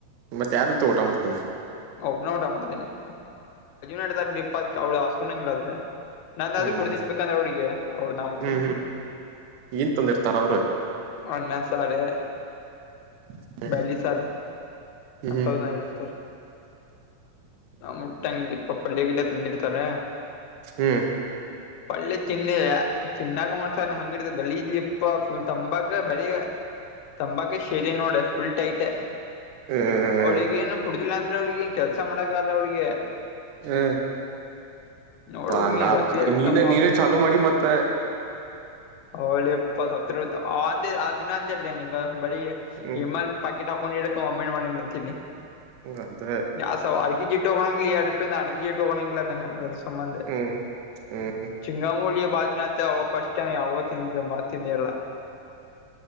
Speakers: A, on the right; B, on the left.
A: ಮತ್ತೆ ಯಾರ ಜೊತೆ ಊಟ ಮಾಡ್ತೀನಿ
B: ಒಬ್ಬನೇ ಊಟ ಮಾಡಿದೀನಿ ಅನ್ಡತಾರೆ ನಿಪ್ಪ ಅ ಅವಳ ಹಸ್ಕೊಂಡಂಗಿಲ್ಲ್ರೆ ನಂದಾದ್ರೂ
A: ಹ್ಮ್
B: ಕೊಡ್ದನ್
A: ಹ್ಮ್
B: ಬಂದ್ರೆ ಅವಳಿಗೆ ಅವ್ಳದು ನಾನು ಮುಟ್ಟಗಿಲ್ಲ
A: ಹ್ಮ್ ಹ್ಮ್ ಏನ್ ತಂದಿರ್ತಾರ ಅವ್ರು
B: ಅನ್ನ ಸಾರೆ
A: ಹ್ಮ್
B: ಬ್ಯಾಲ ಸಾರ ಅಂತದೇ
A: ಹ್ಮ್
B: ಇರುತ್ತೆ ಮುಟ್ಟಗಿಲ್ಲ ಪಲ್ಯಗಿಲ್ಲ ತಂದಿರ್ತಾರ
A: ಹ್ಮ್
B: ಪಳ್ಳಿ ತಿನ್ನಿದೆ ತಿನ್ನಾಗ ಮಾಡ್ತಾರ ಹಂಗ ಗಲೀಜ್ ಯಪ್ಪಾ ತಂಬಕ ಬರೀ ತಂಬಾಕೆ ಸೇರಿ ನೋಡ ಫುಲ್ ಟೈಟ್
A: ಹ್ಮ್
B: ಅವ್ರಿಗ ಏನು ಕುಡುದಿಲ್ಲ ಅಂದ್ರೆ ಅವ್ರಿಗೆ ಏನ್ ಕೆಳ್ ಚೆನ್ನಾಗಿ ಮಾಡೋಕೆ ಆಗಲ್ಲ ಅವ್ಳಿಗೆ
A: ಹಾ
B: ನೋಡ್ಬೇಕ್
A: ಪಾ ಹಂಗ
B: ನೀ ರೊಚ್ಚಿ ಹೇಳ್ತಿತ್ತಮ್ಮ
A: ನೀನೆ ನೀರ
B: ಅವ್ರ
A: ಚಾಲುೂ ಮಾಡಿ ಮತ್ತೆ
B: ಹೌಳಿಪ್ಪ ಸತ್ ಆ ಆ ದಿನಾಂದಲ್ಲ ನಿಗ ಬರಿ
A: ಹ್ಮ್
B: ಇಮಲ್ ಪಾಕಿಟ್ ವೊಮಿಟ್ ಮಾಡಿ ನಿಂತೀನಿ
A: ಅದ
B: <inaudible> ಅಡಿಗಿ ತಗೊಂಡ್ ಹಿಂಗ್ಲದ್ದೇನೆ. ದು ಸಂಬಂಧ
A: ಹ್ಮ್ ಹ್ಮ್
B: ಚಿಂಗಾಮೂಳಿಯ ಬಾಲ್ ಅವಾಗ ಫಸ್ಟ್ ಟೈಮ್ ಯಾವಾಗೋ ತಿಂತಿದ್ದು ಮ ತಿಂದಿಲ್ಲ.